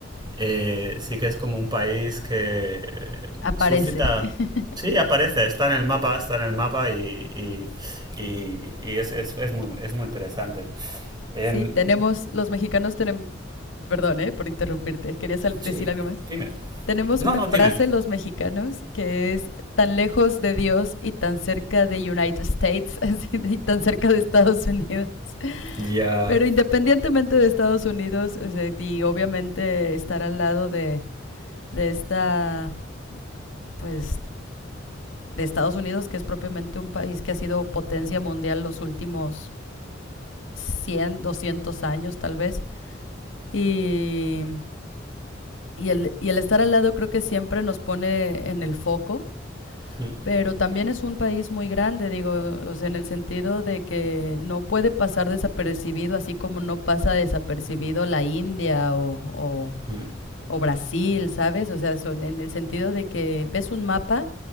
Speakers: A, on the right; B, on the left.
A: eh, sí que es como un país que eh,
B: aparece.
A: suscita
B: <laughs>
A: Sí, aparece, está en el mapa, está en el mapa y, y, y- y es, es- es muy, es muy interesante. Em,
B: Sí, tenemos, los mexicanos tenemos, perdón, eh, por interrumpirte, querías decir
A: sí,
B: algo más.
A: dime.
B: Tenemos
A: No,
B: una
A: no,
B: frase
A: dime.
B: los mexicanos que es tan lejos de Dios y tan cerca de United States <laughs> así, y tan cerca de Estados Unidos. <laughs>
A: Ya.
B: Pero independientemente de Estados Unidos o sea, y obviamente estar al lado de, de esta pues de Estados Unidos, que es propiamente un país que ha sido potencia mundial los últimos 100 200 años tal vez. Y, y, el, y el estar al lado creo que siempre nos pone en el foco,
A: Mm,
B: pero también es un país muy grande, digo, o sea, en el sentido de que no puede pasar desapercibido, así como no pasa desapercibido la India o, o
A: mm.
B: o Brasil, ¿sabes? O sea, son en el sentido de que ves un mapa